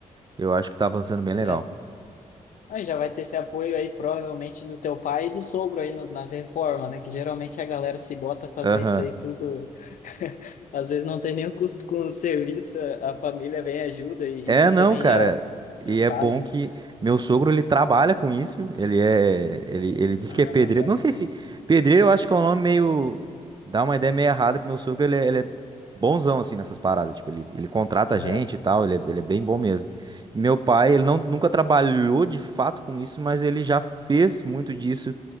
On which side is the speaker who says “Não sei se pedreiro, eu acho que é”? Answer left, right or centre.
Right